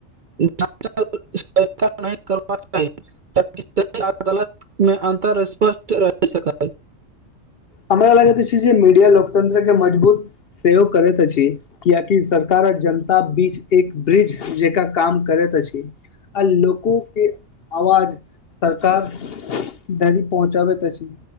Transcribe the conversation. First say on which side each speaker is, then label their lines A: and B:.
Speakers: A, on the right; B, on the left.
A: कार नहि कर <unintelligible> ताकि गलत मे अन्तर स्पष्ट रह सैकल
B: हमरा लागैत अछि जे मीडिया लोकतंत्र के मजबूत सेहो करैत अछि किया कि सरकार आ जनता बीच एक ब्रिज जेका काम करैत अछि आ लोको के आवाज सरकार <unintelligible> देरी पहुँचाबैत अछि